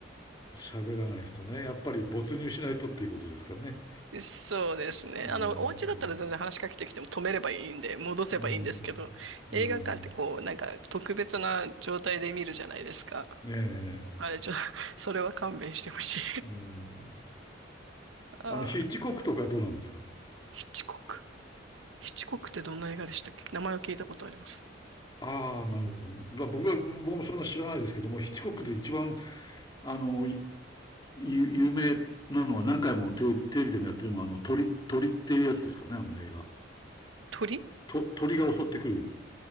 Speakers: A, on the left; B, on the right.
A: 喋らない人ね。やっぱり没入しないとっていうことですからね。
B: そうですね。
A: うん。
B: あの、お家だったら全然話しかけてきても止めればいいんで、
A: う
B: 戻せばいいんですけど、
A: ん。うん。
B: 映画館ってこう、なんか特別な状態で見るじゃないですか。
A: ねえ。
B: あれ、ちょ、それは勘弁してほしい
A: うん。
B: <laughs> ああ、
A: あの、ヒッチコックとかどうなんですか
B: ヒッチコック。ヒッチコックってどんな映画でしたっけ名前を聞いたことあります。
A: ああ、なるほど。だ僕は、僕もそんな知らないですけども、ヒッチコックで一番、あの、いゆ有名なのは何回もテレビテレビでもやってるのは、あの、鳥、鳥っていうやつですかね、あの映画。
B: 鳥
A: と、鳥が襲ってくる。